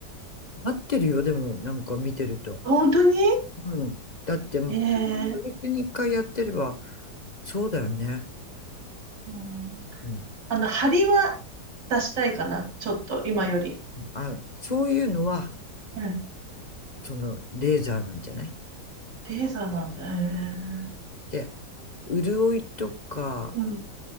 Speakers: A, on the left (about 30°); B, on the right (about 80°).
A: なってるよ、でも、なんか見てると。
B: 本当に
A: うん。だって、月に一回やってれば、
B: ええ
A: そうだよね。
B: うん
A: うん。
B: あの、張りは出したいかな、ちょっと、今より。
A: あ、そういうのは、
B: うん。
A: その、レーザーなんじゃない
B: レーザーなんだ。へえ。
A: で、潤いとか、
B: うん。